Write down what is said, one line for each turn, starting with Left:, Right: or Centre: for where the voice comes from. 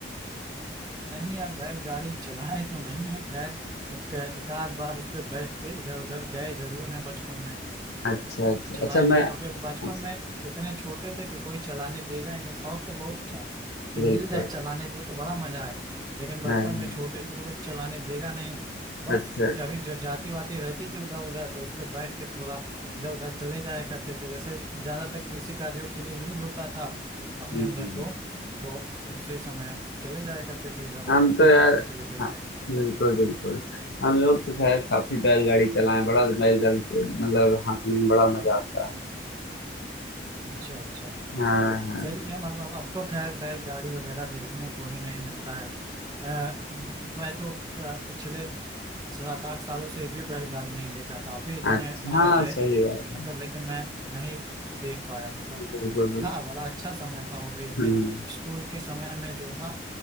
Right: नहीं यार बैलगाड़ी चलाए तो नहीं है खैर एक एक आध बार उस पर बैठ के इधर उधर गए जरूर है बचपन में
Left: अच्छा अच्छा
Right: चलाए
Left: अच्छा
Right: नहीं
Left: मैं
Right: है, क्योंकि बचपन
Left: अच्छा
Right: में उतने छोटे थे कि कोई चलाने देगा ही नहीं शौक तो बहुत था कि
Left: बिल्कुल
Right: मिल जाए चलाने को तो बड़ा मजा आएगा लेकिन बचपन
Left: हाँ, हाँ।
Right: में छोटे थे तो कोई चलाने देगा नहीं बस
Left: अच्छा अच्छा।
Right: कभी जो जाती वाती रहती थी उधर उधर तो उस पर बैठ के थोड़ा इधर उधर चले जाया करते थे जैसे ज्यादातर कृषि कार्यों के लिए यूज होता था अपने
Left: हम्म,
Right: उधर
Left: हम्म।
Right: तो तो उसी समय चले जाया करते थे इधर
Left: हम
Right: उधर खेत
Left: तो यार
Right: उत में चले गए
Left: हाँ
Right: खेत
Left: बिल्कुल बिल्कुल हम लोग तो खैर काफी बैलगाड़ी चलाए बड़ा बैलगाड़ी से मतलब हाँकने में बड़ा मजा आता है
Right: अच्छा अच्छा
Left: हाँ हाँ,
Right: सही है मतलब अब तो खैर बैलगाड़ी वगैरह देखने को ही नहीं मिलता है अ, मैं तो अ, पिछले सात आठ सालों से एक भी बैलगाड़ी नहीं देखा काफी जगह
Left: अच्छा
Right: आए
Left: हाँ
Right: गए
Left: सही बात
Right: मतलब लेकिन मैं नहीं देख पाया मतलब
Left: बिल्कुल बिल्कुल
Right: था बड़ा अच्छा समय था वो भी अपने
Left: हम्म,
Right: स्कूल के समय में जो था